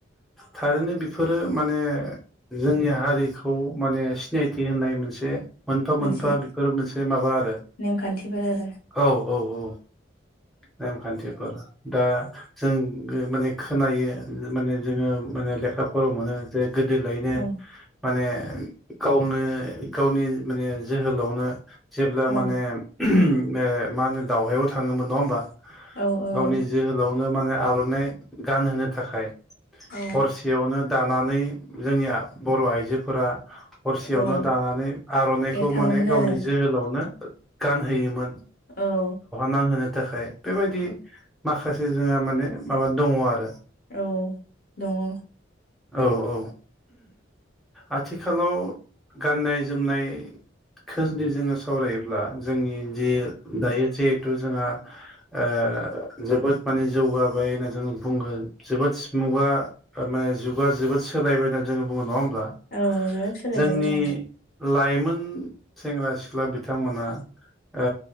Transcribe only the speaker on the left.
मोनसे
नेमखान्थिफोर आरो
औ
औ
औ औ
औ
औ
एरखाङोमोन
आरो
औ
औ दङ।
औ बिराद सोलायबाय
औ